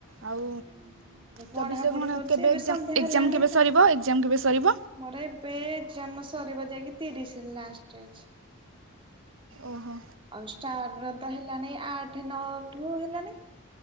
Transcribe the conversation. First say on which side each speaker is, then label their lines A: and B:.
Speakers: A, on the right (about 65°); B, on the right (about 25°).
A: ଆଉ
B: ହୁଁ ଏବେ ପଢାପଢି
A: ଚବିଶରେ କ'ଣ
B: କରୁଛି
A: କେବେ
B: ଏବେ
A: ଏକ୍ଜାମ୍
B: ସନ୍ଧ୍ୟା
A: ଏକ୍ଜାମ୍
B: ହେଲାଣି
A: କେବେ ସରିବ ଏକ୍ଜାମ୍ କେବେ ସରିବ
B: ମୋର ଏବେ ଜମ ସରିବା ଯାଇ କେତେ ଡିଶ ଲାଷ୍ଟେ ଅଛି।
A: ଓହୋ
B: ଅନଂଷ୍ଠା। ର ତ ହେଲାନି ଆଠ ନଅ ଠୁ ହେଲାନି।